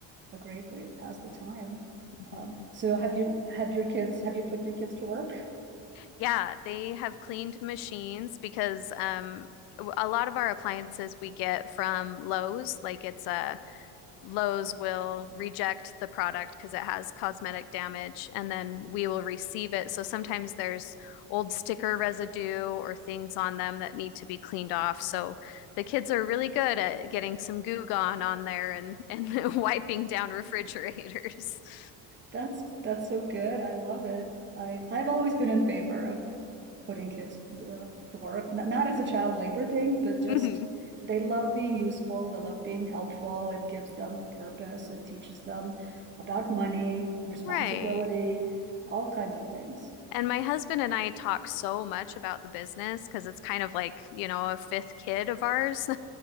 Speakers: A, on the right; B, on the left.
A: a great way to pass the time.
B: Mhm.
A: Um, so have you have your kids have you put your kids to work?
B: Yeah, they have cleaned machines because um, w- a lot of our appliances we get from Lowe's, like it's a Lowe's will reject the product because it has cosmetic damage, and then we will receive it. So sometimes there's old sticker residue or things on them that need to be cleaned off. So the kids are really good at getting some Goo Gone on there and and <laughs> wiping down refrigerators. <laughs>
A: That's that's so good. I love it. I I've always been in favor of putting kids uh, to work, not, not as a child labor thing, but just
B: Mhm.
A: they love being useful. They love being helpful. It gives them purpose. It teaches them about money, responsibility,
B: Right.
A: all kinds of things.
B: And my husband and I talk so much about the business because it's kind of like, you know, a fifth kid of ours <laughs>